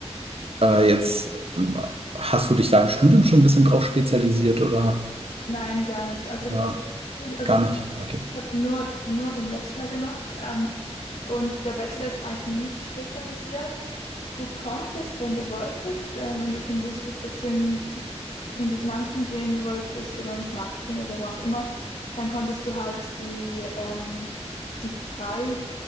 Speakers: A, on the right; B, on the left.
A: Äh, jetzt ähm, hast du dich da im Studium schon ein bisschen drauf spezialisiert oder,
B: Nein, gar nicht. Also,
A: oder
B: du- also
A: gar
B: ich
A: nicht? Okay.
B: Ich habe nur, nur den Bachelor gemacht. Ähm, und der Bachelor ist eigentlich nicht spezialisiert. Du konntest, wenn du wolltest, äh, wenn du schon wusstest, dass du in, in die Finanzen gehen wolltest oder ins Marketing oder wo auch immer, dann konntest du halt die, ähm, die frei,